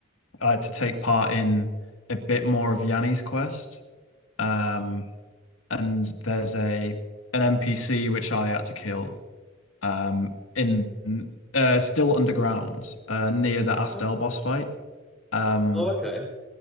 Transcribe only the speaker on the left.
uh, to take part in a bit more of Yanni's quest. Um, and there's a an NPC which I had to kill um, in uh, still underground uh, near the Astel
boss fight. Um,